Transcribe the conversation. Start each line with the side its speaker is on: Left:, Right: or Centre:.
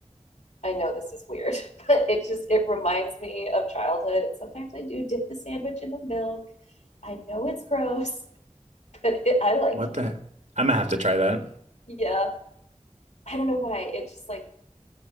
Left: I know this is weird, <laughs> but it just it reminds me of childhood. And sometimes I do dip the sandwich in the milk. I know it's gross, <laughs> but it, I like
Right: What the?
Left: it.
Right: I'm gonna have to try that.
Left: Yeah, I don't know why. It just like